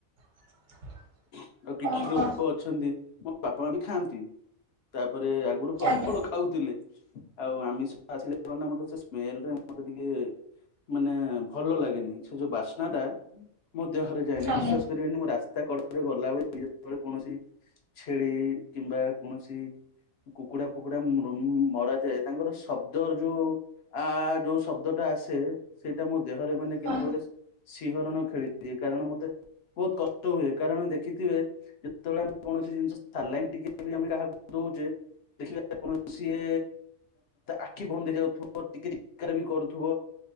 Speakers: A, on the right; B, on the left.
A: <inaudible>
B: ଆଉ କିଛି
A: ଓହୋ
B: ଲୋକ ଅଛନ୍ତି ମୋ ବାପା, ମା ବି ଖାଆନ୍ତି। ତା ପରେ ଆଗରୁ ପ୍ରବଳ
A: ଆଜ୍ଞା
B: ଖାଉଥିଲେ ଆଉ ଆମିଷ ଆସିଲେ ମତେ ସେ ସ୍ମେଲଲ ମତେ ଟିକେ ମାନେ ଭଲ ଲାଗେନି ସେ ଯୋଉ ବାସ୍ନା ଟା ମୋ ଦେହରେ ଯାଏନି
A: ଆଜ୍ଞା।
B: ବିଶ୍ୱାସ କରିବେନି ମୁଁ ରାସ୍ତା କଡ଼ରେ ଗଲାବେଳେ ଯେତେବେଳେ କୌଣସି ଛେଳି କିମ୍ବା କୌଣସି କୁକୁଡା ଫୁକୁଡା ମରା ଯାଏ ତାଙ୍କର ଶବ୍ଦର ଯୋଉ ଆ ଯୋଉ ଶବ୍ଦ ଟା ଆସେ ସେଇଟା ମୋ ଦେହରେ ମାନେ କେମିତି
A: ହଁ
B: ଗୋଟେ ଶିହରଣ ଖେଳିଦିଏ କାରଣ ମତେ ବହୁତ କଷ୍ଟ ହୁଏ କାରଣ ଦେଖିଥିବେ ଯେତେବେଳେ ଆମେ କୌଣସି ଜିନିଷ ସାରିଲଣି ଟିକେ ଆମେ କାହାକୁ ଦେଖିବା କଣ ସିଏ ଆଖି ବନ୍ଦ ହେଇଯାଉଥିବ ଟିକେ ବି କରୁଥିବ